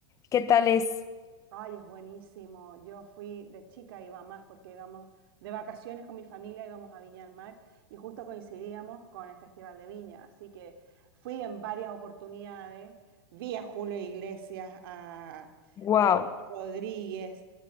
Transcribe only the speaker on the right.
Ay, es buenísimo. Yo fui de chica, iba más porque íbamos de vacaciones con mi familia, íbamos a Viña del Mar y justo coincidíamos con el Festival de Viña. Así que fui en varias oportunidades. Vi a Julio Iglesias, a,
al Puma Rodríguez,